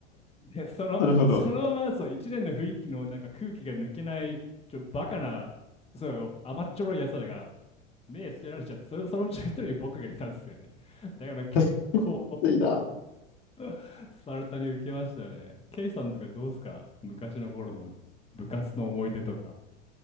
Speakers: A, on the left; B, on the left.
A: で、その、
B: なるほど。
A: そのままそう、一連の雰囲気のなんか空気が抜けない、ちょ、バカな、そう、甘っちょろい奴らが目つけられちゃって、それそのうちの一人に僕がいたんですよね。だから結構
B: いやきついな。
A: <laughs> スパルタに受けましたよね。ケイさんとかどうすか昔の頃の部活の思い出とか。